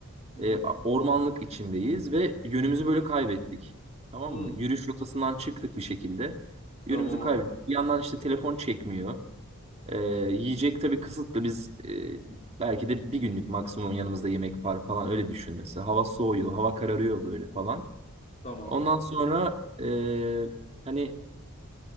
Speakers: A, on the left; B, on the right.
A: Hı
B: E,
A: hı.
B: ormanlık içindeyiz ve yönümüzü böyle kaybettik. Tamam
A: Hı.
B: mı? Yürüyüş rotasından çıktık bir şekilde. Yönümüzü
A: Tamam
B: kaybettik.
A: abi.
B: Bir yandan işte telefon çekmiyor. E, yiyecek tabii kısıtlı. Biz e, belki de bir günlük maksimum yanımızda yemek var falan öyle düşünmesi. Hava soğuyor, hava kararıyor böyle falan.
A: Tamam.
B: Ondan sonra e, hani